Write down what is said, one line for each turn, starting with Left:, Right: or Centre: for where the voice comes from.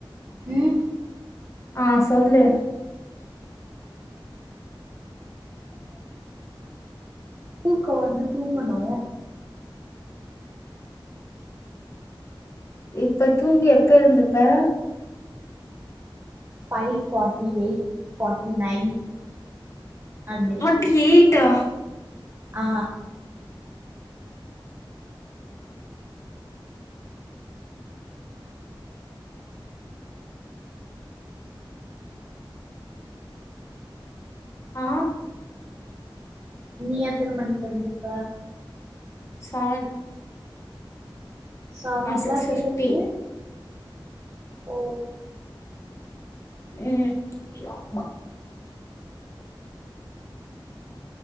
Right: ம்
Left: ஆ சொல்லு
Right: தூக்க வர்து தூங்கணு
Left: இப்ப தூங்கி எப்ப எழுந்துப்ப
Right: five forty eight forty nine அந்மாரி
Left: டி எய்ட்டா
Right: ஆ
Left: ஆ
Right: நீ எத்தன மணிக்கு எழுந்துப்ப
Left: சவன்
Right: சவன்
Left: நா
Right: ஓ க்ளாக்
Left: சிக்ஸ் ஃபிஃப்டி
Right: எழுந்து ஓ
Left: ம் யம்மா